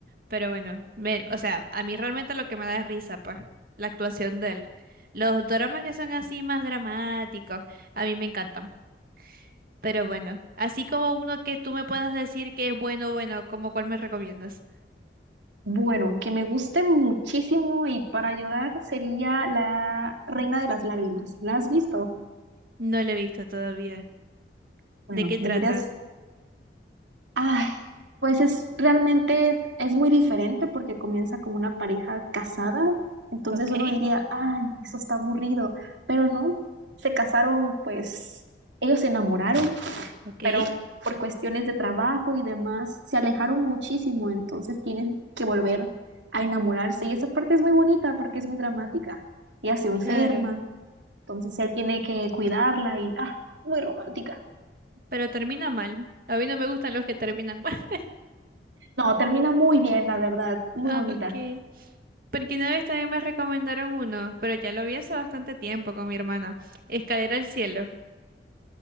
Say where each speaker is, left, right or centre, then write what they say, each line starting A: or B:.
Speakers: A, on the right; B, on the right.
A: Pero bueno, me, o sea, a mí realmente lo que me da es risa, pues, la actuación de él. Los dramas que son así más dramáticos, a mí me encantan. Pero bueno, así como uno que tú me puedas decir que es bueno, bueno, como cuál me recomiendas.
B: Bueno, que me guste muchísimo y para llorar sería La Reina de las Lágrimas. ¿La has visto?
A: No lo he visto todavía.
B: Bueno,
A: ¿De qué trata?
B: deberías. Ay, pues es realmente es muy diferente porque comienza con una pareja casada. Entonces
A: ¿Ok?
B: uno diría, ay, eso está aburrido. Pero no, se casaron, pues ellos se enamoraron,
A: ¿Ok?
B: pero por cuestiones de trabajo y demás se alejaron muchísimo. Entonces tienen que volver a enamorarse. Y esa parte es muy bonita porque es muy dramática. Ella se enferma,
A: Claro.
B: entonces él tiene que cuidarla y, ah, muy romántica.
A: Pero termina mal. A mí no me gustan los que terminan mal. <laughs>
B: No, termina muy bien, la verdad, muy
A: Ah,
B: bonita.
A: Ok. Porque una vez también me recomendaron uno, pero ya lo vi hace bastante tiempo con mi hermana. Escalera al cielo.